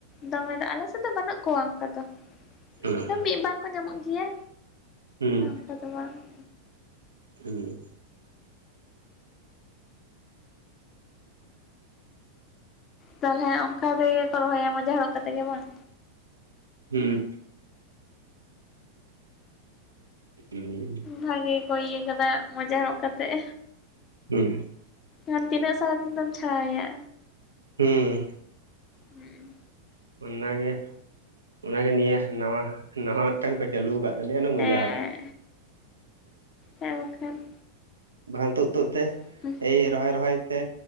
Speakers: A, on the left; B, on the right.
A: ᱫᱚᱢᱮ ᱫᱚ ᱟᱞᱮ ᱥᱮᱫ ᱫᱚ ᱵᱟᱹᱱᱩᱜ ᱠᱚᱣᱟ ᱚᱝᱠᱟ ᱫᱚ ᱾
B: ᱦᱮᱸ᱾
A: ᱦᱮᱸ ᱢᱤᱫ ᱵᱟᱨ ᱠᱚ ᱧᱟᱢᱚᱜ ᱜᱮᱭᱟ᱾
B: ᱦᱩᱸ᱾
A: ᱚᱝᱠᱟ ᱫᱚ ᱵᱟᱝ ᱾
B: ᱦᱮᱸ᱾
A: ᱛᱟᱦᱚᱞᱮ ᱚᱝᱠᱟ ᱛᱮᱜᱮ ᱠᱚ ᱨᱚᱦᱚᱭᱟ ᱢᱚᱡᱮ ᱦᱚᱨᱚᱜ ᱠᱟᱛᱮ ᱜᱮ ᱵᱟᱝ?
B: ᱦᱮᱸ᱾ <inaudible>
A: ᱵᱷᱟᱜᱮ ᱜᱮᱠᱚ ᱤᱭᱟᱹ ᱠᱟᱫᱟ ᱢᱚᱡᱟ ᱦᱚᱨᱟᱜ ᱠᱟᱛᱮᱜ᱾
B: ᱦᱮᱸ᱾
A: ᱠᱷᱟᱱ ᱛᱤᱱᱟᱹᱜ ᱥᱟᱨᱟ ᱫᱤᱱ ᱫᱚᱢ ᱪᱷᱟᱲᱟᱣᱮᱭᱟ?
B: ᱦᱩᱸ᱾
A: ᱦᱩᱸᱜ-ᱩᱸ᱾
B: ᱚᱱᱟᱜᱮ ᱚᱱᱟᱜᱮ ᱱᱤᱭᱟᱹ ᱱᱟᱣᱟ ᱱᱟᱣᱟ ᱢᱤᱫᱴᱟᱝ ᱠᱚ ᱪᱟᱹᱞᱩ ᱟᱠᱟᱫ ᱛᱟᱞᱮᱭᱟ ᱚᱱᱟ ᱢᱚᱡᱟ
A: ᱦᱮᱸ
B: ᱦᱚᱨᱚᱜ᱾
A: ᱦᱮᱸ ᱵᱟᱠᱷᱟᱱ᱾
B: ᱵᱟᱠᱷᱟᱱ ᱛᱳᱫ ᱛᱳᱫ ᱛᱮ᱾
A: <inaudible>
B: ᱮᱭ ᱨᱚᱦᱚᱭ ᱨᱚᱦᱚᱭ ᱛᱮ